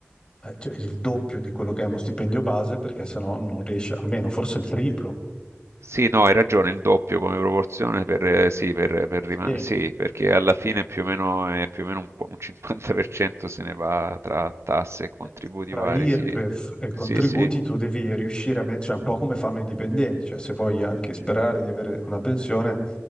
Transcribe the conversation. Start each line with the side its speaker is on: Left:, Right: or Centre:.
Left: eh, cioè, il doppio di quello che è uno stipendio base, perché sennò non riesce, almeno forse il triplo.
Right: Sì, no, hai ragione, il doppio come proporzione per, eh, sì, per- per rima-
Left: Sì.
Right: sì, perché alla fine più o meno, è più o meno un, qu- un 50% se ne va tra tasse e contributi
Left: Eh, Tra
Right: vari,
Left: IRPEF
Right: sì,
Left: e contributi
Right: sì, sì.
Left: tu devi riuscire a mettere, un po' come fanno i dipendenti, cioè se vuoi anche sperare di avere una pensione,